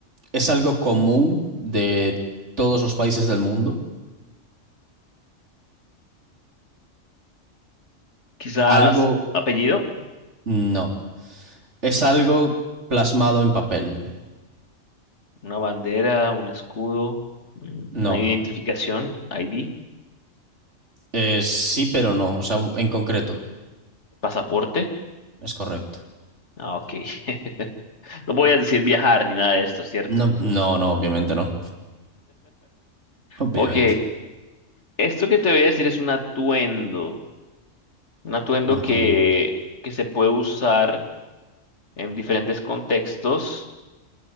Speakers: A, on the right (about 60°); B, on the left (about 60°).
A: es algo común de todos los países del mundo.
B: quizás
A: Algo,
B: apellido,
A: no. Es algo plasmado en papel.
B: una bandera, un escudo, mm,
A: No.
B: una identificación, ID,
A: Es sí, pero no. O sea, en concreto.
B: pasaporte.
A: Es correcto.
B: Ah, ok. <laughs> No voy a decir viajar ni nada de esto, ¿cierto?
A: No, no, no, obviamente no. <laughs> Obviamente.
B: Ok, Esto que te voy a decir es un atuendo, un atuendo
A: Rotundo.
B: que, que se puede usar en diferentes contextos.